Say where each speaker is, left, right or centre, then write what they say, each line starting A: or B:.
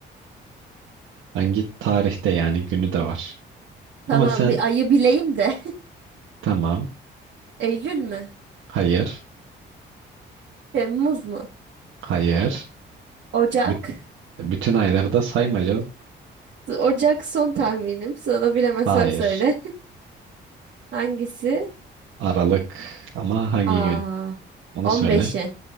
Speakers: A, on the right (about 75°); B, on the right (about 60°).
A: Hangi tarihte yani günü de var.
B: Tamam,
A: Ama sen
B: bir ayı bileyim de.
A: tamam.
B: <laughs> Eylül mü?
A: Hayır.
B: Temmuz mu?
A: Hayır.
B: Ocak.
A: Büt- bütün ayları da sayma canım.
B: Ocak son tahminim. Sana bilemezsem
A: Hayır.
B: söyle. <laughs> Hangisi?
A: Aralık ama hangi
B: Aa,
A: gün? Onu söyle.
B: 15'i,